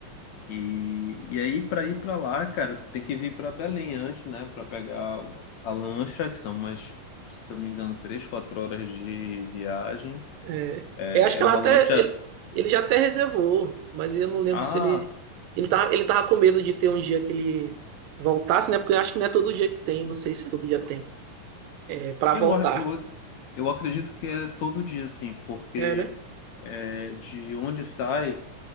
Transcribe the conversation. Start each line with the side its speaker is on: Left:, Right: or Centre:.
Left: e, e aí, para ir para lá, cara, tem que vir para Belém antes, né? Para pegar o- a lancha, que são umas, se eu não me engano, três, quatro horas de viagem.
Right: É,
Left: É,
Right: eu acho que
Left: é
Right: ela
Left: uma
Right: até
Left: lancha.
Right: ele, ele já até reservou, mas eu não lembro
Left: Ah,
Right: se ele ele tava, ele tava com medo de ter um dia que ele voltasse, né? Porque eu acho que não é todo dia que tem, não sei se todo dia tem. É para
Left: eu,
Right: voltar.
Left: a- eu, a- eu acredito que é todo dia, assim, porque
Right: É, né?
Left: é, de onde sai.